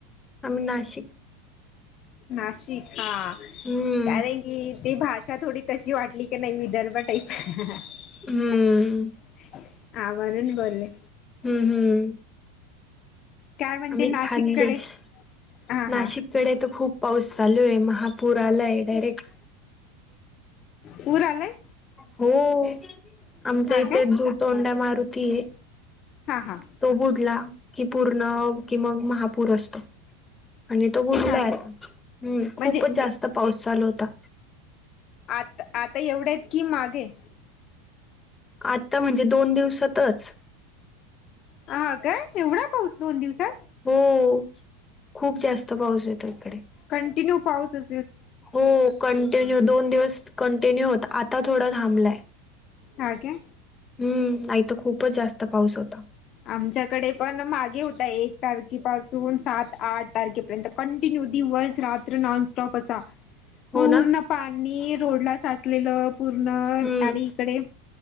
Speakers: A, on the left (about 15°); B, on the left (about 45°).
A: आम्ही नाशिक.
B: नाशिक <inaudible> हा
A: हम्म
B: कारण की ती भाषा थोडी तशी वाटली की नाही विदर्भ टाईप.
A: हम्म.
B: <inaudible> आवाजाने बोले.
A: ह हम्म.
B: काय म्हणते
A: आम्
B: नाशिककडे
A: खान देश
B: हा
A: नाशिक.
B: हा
A: कडे तर खूप पाऊस चालू आहे महापूर आलाय डायरेक्ट.
B: पूर आला य
A: हो, <inaudible> आमच्या
B: हा
A: इथे
B: काय
A: दू -तोंड्या मारुती आहे.
B: हा -हा.
A: तो बुडला की पूर्ण की मग महापूर असतो. आणि तो बुडलात
B: हा
A: <inaudible> हम्म खूपच
B: म्हणजे
A: जास्त पाऊस चालू होता.
B: आत आता एवढ्या आहेत की मागे
A: आता म्हणजे दोन दिवसातच.
B: हा, काय एवढा पाऊस दोन दिवसात.
A: हम्म, खूप जास्त पाऊस येतो इकडे.
B: कंटिन्यू पाऊसच
A: हो कंटिन्यू दोन दिवस कंटिन्यू होता आता थोडा थांबलाय.
B: हा, काय.
A: हम्म, आथ खूपच जास्त पाऊस होता.
B: आमच्याकडे पण मागे होता एक तारखे पाासून सात -आठ तारखेपर्यंत कंटिन्यू दिवस- रात्र नॉनस्टॉप असा, पूर्ण
A: हो ना
B: पाणी रोडला साच असलेलं पूर्ण
A: हम्म
B: आणि इकडे-